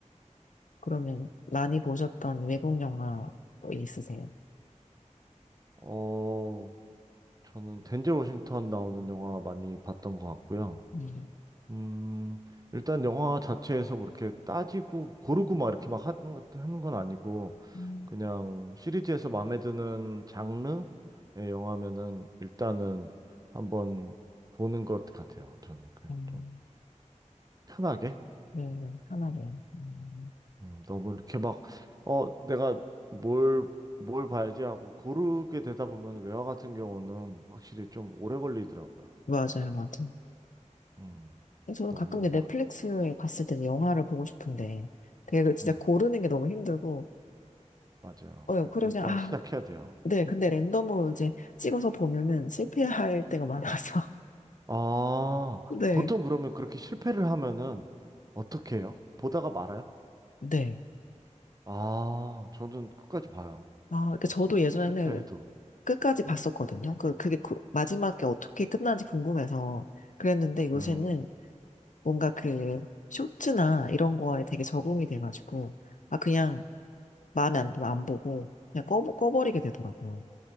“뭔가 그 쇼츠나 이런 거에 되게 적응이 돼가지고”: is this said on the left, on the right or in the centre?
Left